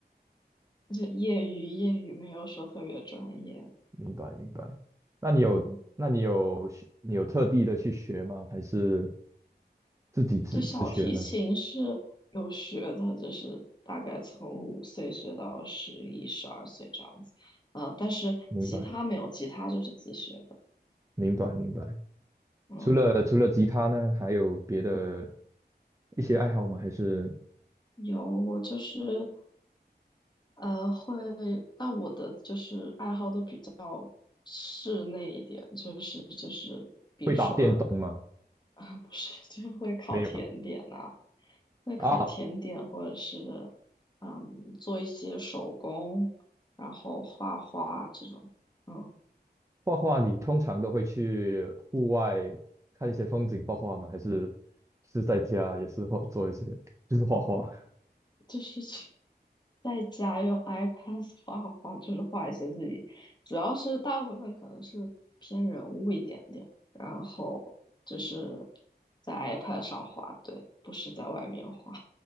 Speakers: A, on the left; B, on the right.
A: 而且业余业余，没有说特别专业，
B: 明白明白？那你有那你有学你有特地的去学吗？
A: 嗯。
B: 还是自己自自学呢？
A: 对，小提琴是有学的，就是大概从五岁学到十一、十二岁这样子。呃，但是吉他没有，
B: 明白
A: 吉他就是自学的。
B: 明白明白。
A: 嗯，
B: 除了除了吉他呢，还有别的一些爱好吗？还是
A: 有，我就是呃，会，但我的就是爱好都比较室内一点，就是就是，比如说
B: 会打电动吗？
A: 啊，不是，<laughs> 就会烤甜点呐、
B: 没有啊？
A: 会烤甜点，
B: 啊，
A: 或者是嗯，做一些手工，然后画画这种，嗯。
B: 画画你通常都会去户外看一些风景画画吗？还是是在家也是画做一些就是画画？
A: 就是去在家用 iPad 画画画，就是画一些自己，主要是大部分可能是偏人物一点点，然后就是在 iPad 上画，对，不是在外面画，